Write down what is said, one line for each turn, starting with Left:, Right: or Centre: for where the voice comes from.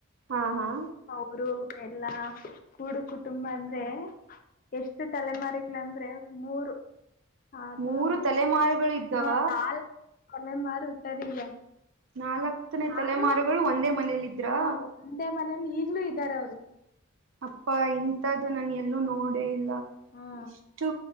Right: ಹಾ ಹಾ
Left: ಅವರು ಎಲ್ಲಾ ಹೂಡು ಕುಟುಂಬ ಅಂದ್ರೆ ಎಷ್ಟು ತಲೆಮಾರಿಗಳಂದ್ರೆ ಮೂರು <unintelligible>
Right: ಮೂರು ತಲೆಮಾರುಗಳು ಇದ್ದಾವ
Left: ನಾಲ್ಕು ತಲೆಮಾರಿ ಹುಟ್ಟಿದ ಈಗ
Right: ನಲ್ಲತ್ನೆ ತಲೆಮಾರುಗಳು
Left: ಆದ್ರೂ
Right: ಒಂದೇ ಮನೇಲ್ಲ ಇದ್ರಾ
Left: ಹ ಒಂದೇ ಮನೇಲಿ ಈಗ್ಲೂ ಇದ್ದಾರೆ ಅವರು.
Right: ಅಪ್ಪಾ ಇಂತದ್ದು ನನ್ ಎಲ್ಲೂ ನೋಡಲೇ ಇಲ್ಲ
Left: ಹ್ಮ
Right: ಇಷ್ಟು